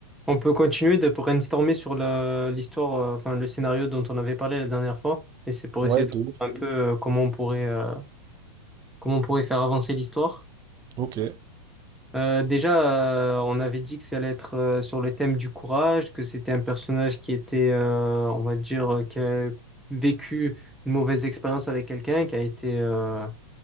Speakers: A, in the centre; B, on the right.
A: On peut continuer de brainstormer sur la- l'histoire, euh, enfin le scénario dont on avait parlé la dernière fois. Et c'est pour
B: Ouais,
A: essayer de
B: de ouf.
A: voir un peu euh, comment on pourrait, euh, comment on pourrait faire avancer l'histoire.
B: Ok.
A: Euh, déjà, euh, on avait dit que ça allait être euh, sur le thème du courage, que c'était un personnage qui était, euh, on va dire, euh, qui a vécu une mauvaise expérience avec quelqu'un, qui a été, euh,